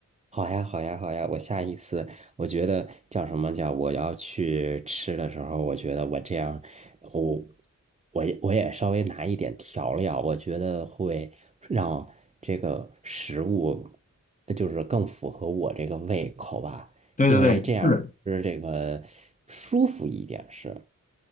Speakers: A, on the right (about 25°); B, on the left (about 25°).
A: 好呀，好呀，好呀！我下一次，我觉得叫什么叫我要去吃的时候，我觉得我这样，我我也我也稍微拿一点调料，我觉得会让这个食物呃就是更符合我这个胃口吧，
B: 对对对，
A: 因为这样吃这个舒服一点是。
B: 是。